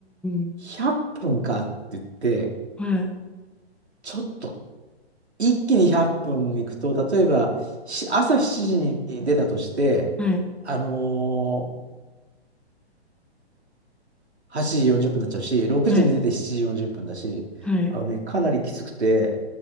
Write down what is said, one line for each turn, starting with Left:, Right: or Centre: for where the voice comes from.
Centre: ん。
Right: 100分かって言って、
Centre: はい、
Right: ちょっと一気に100分行くと、例えば、し朝7時に出たとして、
Centre: はい、
Right: あのー8時40分になっちゃうし、6時に出て7時40分だし、
Centre: はい、はい。
Right: あのね、かなりきつくて、